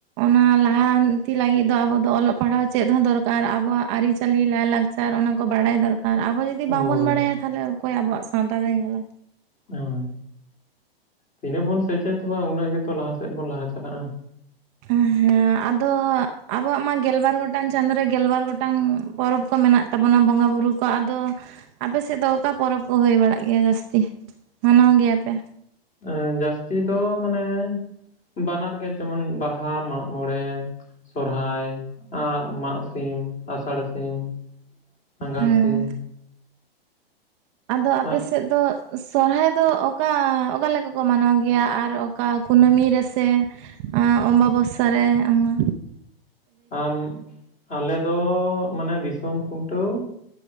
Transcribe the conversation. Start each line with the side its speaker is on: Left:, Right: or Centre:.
Right: ᱚᱱᱟ ᱞᱟᱦᱟᱱ ᱛᱤ ᱞᱟᱹᱜᱤᱫ ᱫᱚ ᱟᱵᱚ ᱫᱚ ᱚᱞᱚᱜ ᱯᱟᱲᱦᱟᱣ ᱪᱮᱫ ᱦᱚᱸ ᱫᱚᱨ ᱠᱟᱨ ᱟᱵᱚᱣᱟᱜ ᱟᱹᱨᱤ ᱪᱟᱹᱞᱤ ᱞᱟᱭ ᱞᱟᱠᱪᱟᱨ ᱥᱟᱨ ᱚᱱᱟ ᱠᱚ ᱵᱟᱲᱟᱭ ᱫᱚᱨᱠᱟᱨ ᱟᱵᱚ ᱡᱩᱫᱤ ᱵᱟᱝ
Left: ᱦᱳᱭ
Right: ᱵᱚᱱ ᱵᱟᱲᱟᱭᱟ ᱛᱟᱦᱞᱮ ᱚᱠᱚᱭ ᱟᱵᱚᱣᱟᱜ ᱥᱟᱶᱛᱟ ᱫᱚᱭ ᱧᱮᱞᱟ᱾
Left: ᱦᱳᱭ ᱛᱤᱱᱟᱹᱜ ᱵᱚᱱ ᱥᱮᱪᱮᱫᱚᱜᱼᱟ᱾ ᱩᱱᱟᱹᱜ ᱜᱮᱛᱚ ᱞᱟᱦᱟ ᱥᱮᱫ ᱵᱚᱱ ᱞᱟᱦᱟ ᱪᱟᱞᱟᱜᱼᱟ᱾
Right: ᱦᱮᱸ ᱟᱫᱚ ᱟᱵᱚᱣᱟᱜ ᱢᱟ ᱜᱮᱞ ᱵᱟᱨ ᱜᱚᱴᱟᱝ ᱪᱟᱸᱫᱳ ᱨᱮ ᱜᱮᱞᱵᱟᱨ ᱜᱚᱴᱟᱝ ᱯᱚᱨᱚᱵᱽ ᱠᱚ ᱢᱮᱱᱟᱜ ᱛᱟᱵᱚᱱᱟ ᱵᱚᱸᱜᱟ ᱵᱩᱨᱩ ᱠᱚ ᱟᱫᱚ ᱟᱯᱮ ᱥᱮᱫ ᱫᱚ ᱚᱠᱟ ᱯᱚᱨᱚᱵᱽ ᱠᱚ ᱦᱩᱭ ᱵᱟᱲᱟᱜ ᱜᱮᱭᱟ ᱡᱟᱹᱥᱛᱤ? ᱢᱟᱱᱟᱣ ᱜᱮᱭᱟᱯᱮ
Left: ᱮᱸᱻ ᱡᱟᱹᱥᱛᱤ ᱫᱚ ᱢᱟᱱᱮ ᱵᱟᱱᱟᱨ ᱜᱮ ᱡᱮᱢᱚᱱ ᱵᱟᱦᱟ, ᱢᱟᱜ ᱢᱚᱬᱮ ᱥᱚᱦᱚᱨᱟᱭ, ᱢᱟᱜ ᱥᱤᱢ, ᱟᱥᱟᱲ ᱥᱤᱢ, ᱟᱸᱜᱷᱟᱬ
Right: ᱦᱮᱸ
Left: ᱥᱤᱢ,
Right: ᱟᱫᱚ ᱟᱯᱮᱥᱮᱫ
Left: ᱟᱸᱜ
Right: ᱫᱚ ᱥᱚᱦᱚᱨᱟᱭ ᱫᱚ ᱚᱠᱟ ᱚᱠᱟ ᱞᱮᱠᱟ ᱠᱚ ᱢᱟᱱᱟᱣ ᱜᱮᱭᱟ᱾ ᱟᱨ ᱚᱠᱟ ᱠᱩᱱᱟᱹᱢᱤ ᱨᱮ ᱥᱮ ᱮᱸᱻ ᱚᱢᱵᱟᱵᱚᱥᱟ ᱨᱮ ᱚᱱᱟ
Left: ᱮᱱ ᱟᱞᱮ ᱫᱚ ᱢᱟᱱᱮ ᱫᱤᱥᱚᱢ ᱠᱷᱩᱱ ᱴᱟᱹᱣ